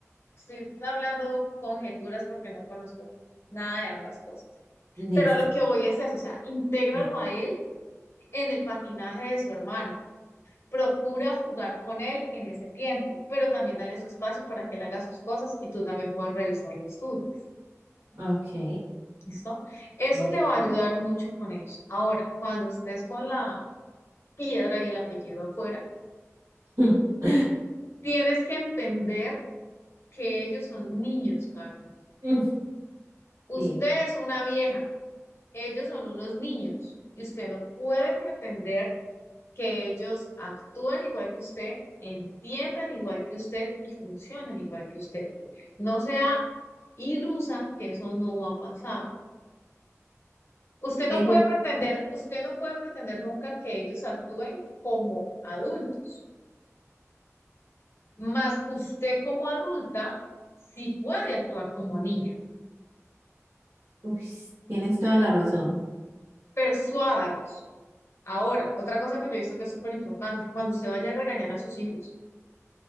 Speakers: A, on the left (about 55°); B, on the right (about 75°).
A: estoy hablando conjeturas porque no conozco nada de ambas cosas.
B: Listo.
A: Pero a lo que voy es eso, o sea, intégralo
B: Eh,
A: a él en el patinaje de su hermana. Procura jugar con él en ese tiempo, pero también dale su espacio para que él haga sus cosas y tú también puedas revisar los tuyos,
B: Ok.
A: ¿Listo? Eso
B: listo.
A: te va a ayudar mucho con ellos. Ahora, cuando estés con la piedra y el apellido afuera,
B: <laughs>
A: tienes que entender que ellos son niños, Carlos.
B: Mm,
A: Usted
B: Sí,
A: es una vieja, ellos son unos niños y usted no puede pretender que ellos actúen igual que usted, entiendan igual que usted y funcionen igual que usted. No sea ilusa que eso no va a pasar. Usted
B: ese-
A: no puede pretender, usted no puede pretender nunca que ellos actúen como adultos. Más usted como adulta sí puede actuar como niña.
B: ups, tienes toda la razón.
A: Persuádalos. Ahora, otra cosa que yo he visto que es súper importante, cuando usted vaya a regañar a sus hijos,